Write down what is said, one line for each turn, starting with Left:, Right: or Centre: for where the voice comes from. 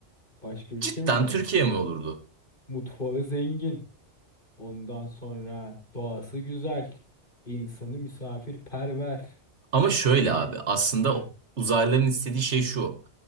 Left: Başka ülke
Right: Cidden
Left: mi var?
Right: Türkiye mi olurdu?
Left: Mutfağı zengin. Ondan sonra doğası güzel. İnsanı misafirperver.
Right: Ama şöyle
Left: Gelenek
Right: abi aslında
Left: ha,
Right: uzaylıların istediği şey şu.